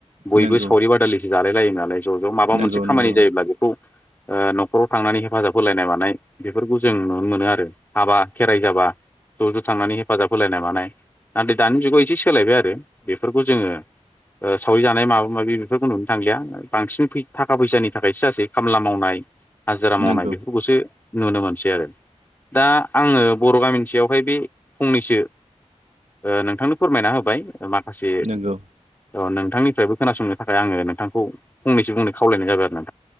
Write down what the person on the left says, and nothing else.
बयबो
सावरि बादालिसो जालाय लायोमोन नालाय ज' ज' माबा
मोनसे खामानि
जायोब्ला बेखौ ओ न'खराव थांनानै हेफाजाब होलायनाय मानाय बेफोरखौ जों नुनो मोनो आरो हाबा खेराइ जाबा। ज' ज' थांनानै हेफाजाब होलायनाय मानाय नाथाय दानि जुगाव एसे सोलायबाय आरो बेफोरखौ जोङो ओ सावरि जानाय माबा माबि बेफोरखौ नुनो थांलिया बांसिनै फै था थाखा फैसानि थाखाय सो जासेै खामला मावनाय हाजिरा
मावनाय बेफोरखौसो नुनो मोनसै आरो। दा आङो बर' गामिनि सायावहाय बे फंनैसो ओ नोंथांनो फोरमायना होबाय मा खासे
अ नोंथांनिफ्रायबो खोनासंनो थाखाय आङो नोंथांखौ फंनैसो बुंनो खावलनाय जाबाय आरो ना।